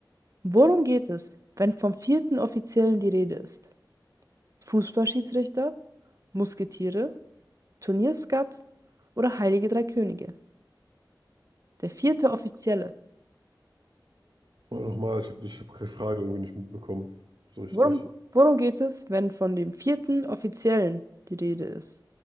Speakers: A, on the right (about 45°); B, on the right (about 70°).
A: Worum geht es, wenn vom vierten Offiziellen die Rede ist? Fußballschiedsrichter, Musketiere, Turnierskat oder Heilige Drei Könige? Der vierte Offizielle.
B: Aber nochmal, ich habe ich hab keine Frage irgendwie nicht mitbekommen. So richtig.
A: Worum, worum geht es, wenn von dem vierten Offiziellen die Rede ist?